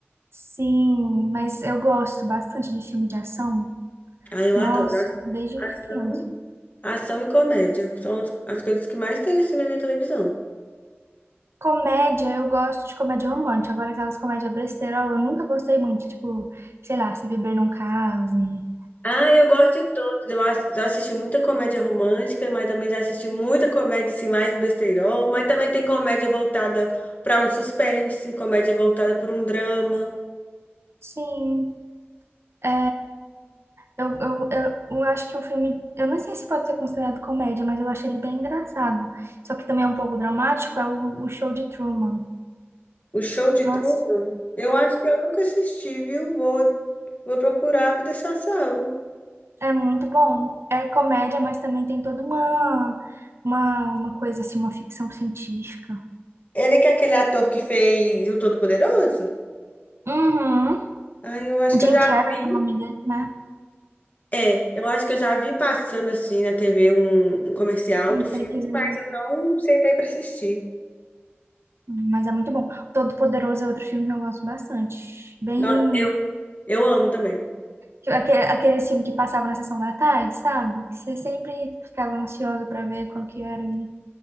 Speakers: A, on the right; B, on the left.
A: Sim, mas eu gosto bastante de filme de ação.
B: Aí eu
A: Nossa,
B: adoro. As-
A: desde
B: Ação,
A: criança.
B: ação e comédia são as as coisas que mais tem assim na minha televisão.
A: Comédia, eu gosto de comédia romântica. Agora, aquelas comédias besteirol, eu nunca gostei muito. Tipo, sei lá, Se Beber Não Case.
B: Ah, eu gosto de todos. Eu ass- já assisti muita comédia romântica, mas também já assisti muita comédia assim mais besteirol, mas também tem comédia voltada para um suspense, comédia voltada para um drama.
A: Sim, É, eu, eu, eu, eu acho que o filme, eu não sei se pode ser considerado comédia, mas eu acho ele bem engraçado. Só que também é um pouco dramático, é o, o Show de Truman.
B: O Show de
A: Nossa,
B: Truman? Eu acho que eu nunca assisti, viu? Vou, vou procurar, vou deixar salvo.
A: é, é muito bom. É comédia, mas também tem toda uma, uma, uma coisa assim, uma ficção científica.
B: Ele que é aquele ator que fez O Todo-Poderoso?
A: Uhum.
B: Ai, eu acho que
A: Jim
B: eu já
A: Carrey
B: vi.
A: é o nome dele, né?
B: É, eu acho que eu já vi passando assim na TV um, um comercial
A: Um
B: do filme,
A: takezinho.
B: mas eu não sentei pra assistir.
A: Mas é muito bom. Todo Poderoso é outro filme que eu gosto bastante. Bem
B: No- Eu, eu amo também.
A: Tipo, Aque- Aqueles filmes que passavam na sessão da tarde, sabe? Que você sempre ficava ansioso pra ver qual que era. e-